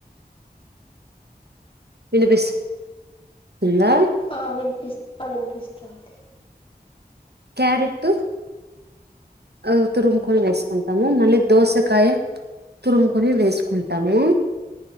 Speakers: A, on the right; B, on the left.
A: వినిపిస్తుందా
B: ఆ వినిపిస్ వినిపిస్తుంది
A: క్యారెట్ ఆ తురుముకొని వేసుకుంటాము మళ్ళీ దోసకాయ తురుముకొని వేసుకుంటాము